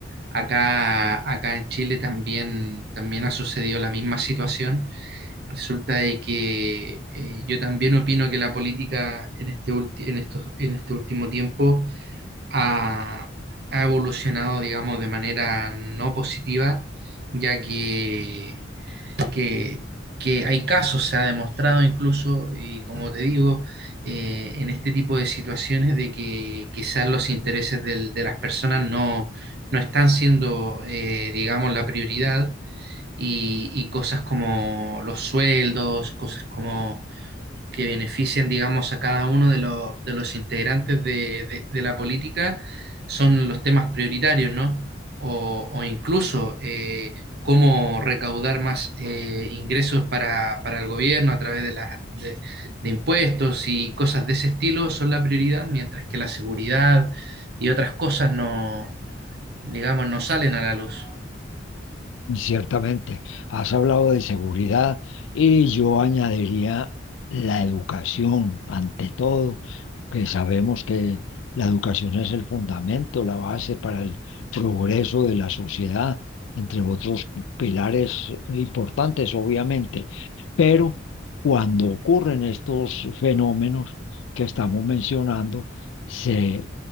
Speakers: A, on the right; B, on the left.
A: acá, acá en Chile también, también ha sucedido la misma situación Resulta de que eh, yo también opino que la política en este ulti- en estos- en este último tiempo ha, ha evolucionado, digamos, de manera no positiva, ya que, que, que hay casos, se ha demostrado incluso, y como te digo, eh, en este tipo de situaciones de que quizás los intereses del- de las personas no, no están siendo, eh, digamos, la prioridad y, y cosas como los sueldos, cosas como que benefician, digamos, a cada uno de los, de los integrantes de, de- de la política, son los temas prioritarios, ¿no? O, o incluso eh, cómo recaudar más eh, ingresos para, para el gobierno a través de, la- de- de impuestos y cosas de ese estilo son la prioridad, mientras que la seguridad y otras cosas no, digamos, no salen a la luz.
B: Ciertamente, has hablado de seguridad y yo añadiría la educación, ante todo, que sabemos que la educación es el fundamento, la base para el progreso de la sociedad, entre otros pilares importantes, obviamente. Pero cuando ocurren estos fenómenos que estamos mencionando, se